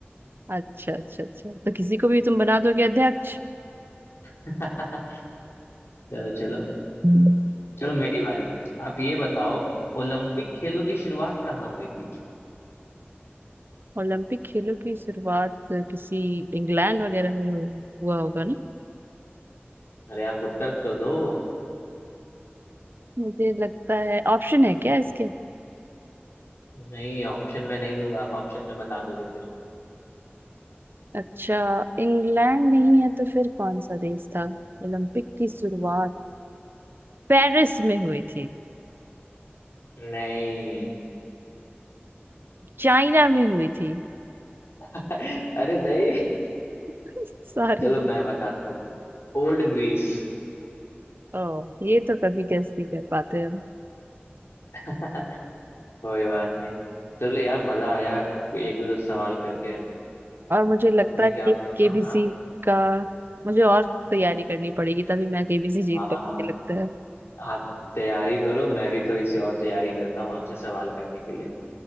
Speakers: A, on the right; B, on the left.
A: अच्छा अच्छा अच्छा तो किसी को भी तुम बना दोगे अध्यक्ष
B: <laughs> चलो चलो
A: हम्म।
B: चलो मेरी बारी आप ये बताओ ओलंपिक खेलों की शुरुआत कहाँ हुई थी
A: ओलंपिक खेलों की शुरुआत किसी इंग्लैंड वगैरह में हुआ हुआ होगा ना
B: अरे आप उत्तर तो दो
A: मुझे लगता है ऑप्शन है क्या इसके
B: नहीं ऑप्शन में नहीं दूंगा आप ऑप्शन में बता दोगे फिर
A: अच्छा इंग्लैंड नहीं है तो फिर कौन सा देश था ओलंपिक की शुरुआत पेरिस में हुई थी
B: नहीं
A: चाइना में हुई थी
B: <laughs> अरे नहीं
A: <laughs> सारे
B: चलो
A: देश
B: मैं बताता हूँ Old Greece
A: ओ ये तो कभी गेस नहीं कर पाते हम
B: <laughs> कोई बात नहीं चलो यार मजा आया एक दो दो सवाल करके
A: और मुझे लगता
B: अब मैं
A: है कि
B: क्या बोल
A: केबीसी
B: रहा हूँ ना
A: का मुझे और तैयारी करनी पड़ेगी तभी मैं केबीसी जीत
B: हाँ
A: पाऊंगी
B: हाँ
A: लगता है
B: आप तैयारी करो मैं भी थोड़ी सी और तैयारी करता हूँ आपसे सवाल करने के लिए